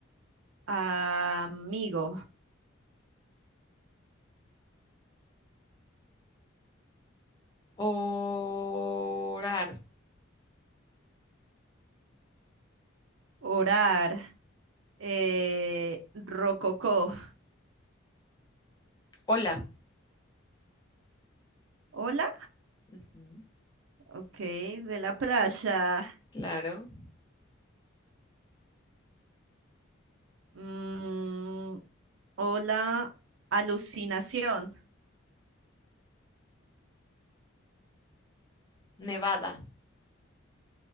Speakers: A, on the right; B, on the left.
A: Amigo.
B: <laughs> Orar.
A: Orar. eh, rococó.
B: Hola.
A: Hola.
B: Ujú.
A: Ok. De la playa.
B: Claro.
A: mm, hola. Alucinación.
B: Nevada,